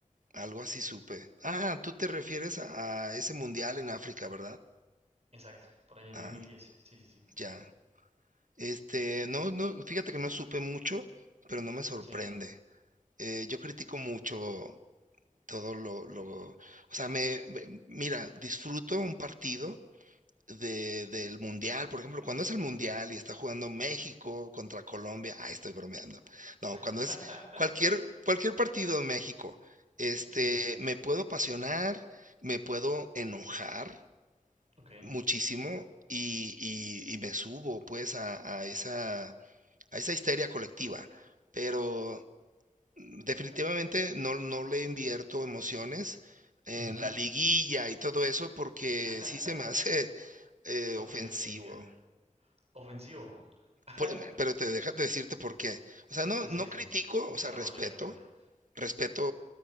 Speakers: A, on the right; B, on the right.
A: Algo así supe. Ah, tú te refieres a a ese mundial en África, ¿verdad?
B: Exacto, por ahí en
A: Ah.
B: 2010. Sí, sí, sí.
A: Ya. Este, no, no, fíjate que no supe mucho, pero no me sorprende.
B: Sí.
A: Eh, yo critico mucho todo lo, lo, o sea, me, me- mira, disfruto un partido de, del Mundial, por ejemplo, cuando es el Mundial y está jugando México contra Colombia, ay, estoy bromeando. No,
B: <laughs>
A: cuando es cualquier, cualquier partido de México, este,
B: Sí,
A: me puedo apasionar, me puedo enojar
B: ok.
A: muchísimo y, y- y me subo pues a a esa a esa histeria colectiva, pero mm, definitivamente no, no le invierto emociones en
B: Ujú.
A: la liguilla y todo eso porque
B: <laughs>
A: sí se me hace <laughs> eh,
B: Ok,
A: ofensivo.
B: ok, entiendo. Ofensivo. <laughs>
A: Por- em, pero te dejas decirte por qué. O sea, no,
B: Ah, Sí,
A: no
B: sí,
A: critico, o
B: desarrolla,
A: sea, respeto,
B: desarrolla.
A: respeto,